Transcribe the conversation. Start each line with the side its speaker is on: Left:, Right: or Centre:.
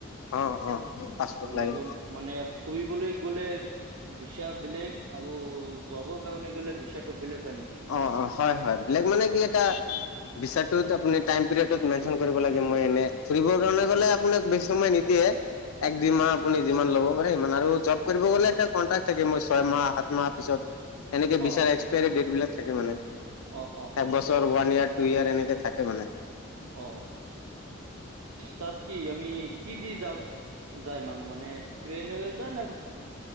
Left: অ', অ'। পাছপৰ্ট
Right: আৰু
Left: লাগে
Right: এইটো মানে ফুৰিবলৈ গ'লে বিচা বেলেগ আৰু যবৰ কাৰণে গ'লে বিচাটো বেলেগ হয় নেকি?
Left: অ', অ', হয় - হয় বেলেগ মানে কি এটা ভিছাতুটো আপুনি টাইম পিৰিয়ডত মেনচন কৰিব লাগে, মই এনে ফুৰিব কাৰণে গলে আপোনাক বেছি সময় নিদিয়ে এক দুই মাহ আপুনি যিমান ল'ব পাৰে সিমান আৰু জব কৰিব গলে এটা কনট্ৰেক্ট থাকে মই ছয় মাহ, সাত মাহ পিছত এনেকে বিচাৰ
Right: অ',
Left: এক্সপায়াৰী ডেট বিলাক থাকে মানে।
Right: অ', অ',
Left: এক
Right: অ'।
Left: ওৱান ইয়াৰ টো ইয়াৰ এনেকে থাকে মানে।
Right: অ', তাত কি আমি কি দি যা-যায় মানুহ মানে ট্ৰেইনেৰে যায় না